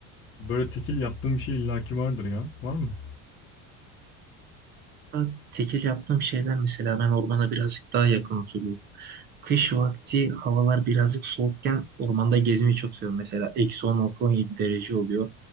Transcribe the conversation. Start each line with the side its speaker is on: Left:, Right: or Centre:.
Left: böyle tekil yaptığın bir şey illaki vardır ya. Var mı?
Right: Aslında tekil yaptığım şeyler mesela ben ormana birazcık daha yakın oturuyorum. Kış vakti havalar birazcık soğukken ormanda gezmeyi çok seviyorum. Mesela eksi on, altı on yedi derece oluyor.